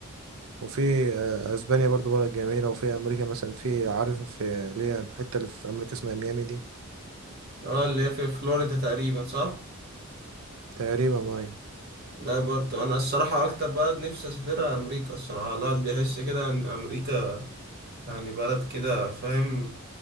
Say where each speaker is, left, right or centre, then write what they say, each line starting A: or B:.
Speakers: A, on the right (about 70°); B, on the right (about 45°).
A: وفي آه، أسبانيا برضه بلد جميلة وفي أمريكا مثلا في عارف في اللي هي الحتة اللي في أمريكا اسمها ميامي دي
B: اه اللي هي في فلوريدا تقريبا صح؟
A: تقريبا أيوة.
B: لا برضه انا الصراحه اكتر بلد نفسي اسافرها امريكا الصراحه الواحد بيحس كده ان امريكا يعني بلد كده فاهم